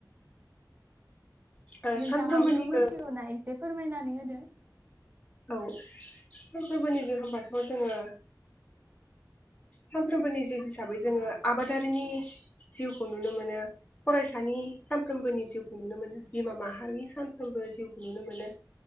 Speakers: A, on the left; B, on the right.
A: ओ
B: नोंथाङाबोथ'
A: सानफ्रोमबोनिबो
B: मिथिगौना एसे फोरमायनानै होदो।
A: औ सामफ्रोबोनि जिउ होमबाथ' जोङो सानफ्रोमबोनि जिउ हिसाबै जोङो आबादारिनि जिउखौ नुनो मोनो, फरायसानि सानफ्रोमबोनि जिउखौ नुनो मोनो, बिमा माहारिनि सानफ्रोमबो जिउखौ नुनो मोनो,